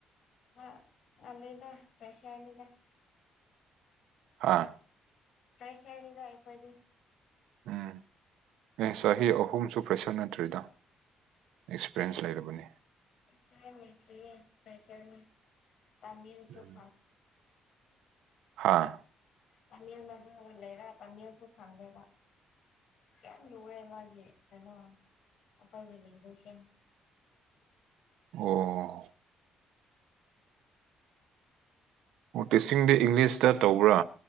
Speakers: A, on the left; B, on the right.
A: <inaudible> ꯉꯜꯂꯦꯗ ꯐ꯭ꯔꯦꯁꯔꯅꯤꯗ
B: ꯍꯥꯥ
A: ꯐ꯭ꯔꯦꯁꯔꯅꯤꯗ ꯑꯩꯈꯣꯏꯗꯤ
B: ꯎꯝ ꯑꯦ ꯆꯍꯤ ꯑꯍꯨꯝ ꯁꯨꯈ꯭ꯔ <inaudible> ꯐ꯭ꯔꯦꯁꯔ ꯅꯠꯇ꯭ꯔꯦꯗ ꯑꯦꯛꯁꯄꯤꯔꯤꯑꯦꯟꯁ ꯂꯩꯔꯕꯅꯦ
A: ꯑꯦꯛꯁꯄꯤꯔꯤꯑꯦꯟꯁ ꯂꯩꯇ꯭ꯔꯤꯌꯦ ꯐ꯭ꯔꯦꯁꯔꯅꯤ ꯇꯝꯃꯤꯌꯦ ꯑꯩꯁꯨ
B: ꯎꯝ.
A: <inaudible>
B: ꯍꯥ
A: ꯇꯥꯃꯤꯜꯗꯁꯨ ꯂꯩꯔ ꯇꯥꯃꯤꯜꯁꯨ ꯈꯪꯗꯦꯕ ꯌꯥꯝ ꯂꯨꯋꯦ ꯃꯥꯒꯤ ꯀꯩꯅꯣ ꯃꯈꯣꯏꯒꯤ ꯂꯦꯡꯒꯨꯏꯁꯁꯦ ꯌꯥꯝ
B: ꯑꯣ ꯑꯣ ꯇꯤꯆꯤꯡꯗꯤ ꯏꯪꯂꯤꯁꯇ ꯇꯧꯕ꯭ꯔꯥ